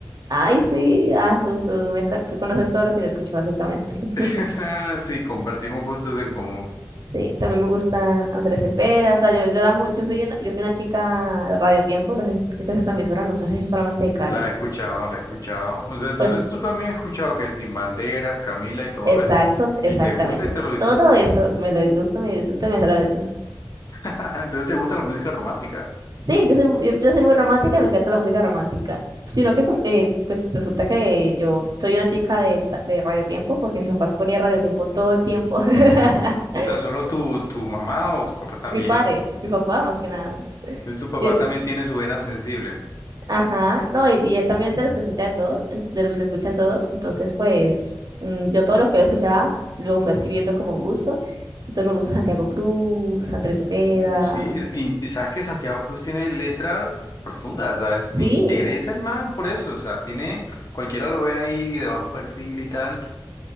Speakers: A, on the right; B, on the left.
A: Ay, sí, ah, tú, tú, me con- tú conoces todo lo que yo escucho, básicamente. <laughs>
B: <laughs> Sí, compartimos gustos en común.
A: Sí, también me gusta Andrés Cepeda. O sea, yo, yo, era mu- yo, soy una, yo fui una chica de Radio Tiempo. No sé si te escuchas esa emisora, no sé si es solamente de Cali.
B: La he escuchado, la he escuchado. O sea, entonces
A: Pues
B: tú también has escuchado que Sin Bandera, Camila y todo
A: Exacto,
B: eso.
A: exactamente.
B: ¿Y te gusta y te lo disfrutas?
A: Todo eso me lo gusta, me disfruto, y me sale la letra.
B: <laughs> Ajá, Entonces te gusta la música romántica.
A: Sí, yo soy, mu- yo, yo soy muy romántica, me encanta la música romántica. Sino que, como- eh, pues resulta que yo soy una chica de, ta- de Radio Tiempo, porque mis papás ponían Radio Tiempo todo el tiempo. <laughs>
B: O sea, solo tu, tu mamá o tu papá también.
A: Mi padre, mi papá más que nada.
B: Entonces, Tu papá
A: Y-
B: también tiene su vena sensible.
A: ajá, no, y, y él también es de los que escucha de todo, en- de los que escuchan todo. Entonces, pues mm, yo todo lo que él escuchaba lo fui adquiriendo como un gusto. Entonces me gusta Santiago Cruz, Andrés Cepeda,
B: Oh, sí, y, y sabes que Santiago Cruz tiene letras profundas, ¿sabes?
A: Sí,
B: Me interesa el man por eso, o sea, tiene, cualquiera lo ve ahí de bajo perfil y tal,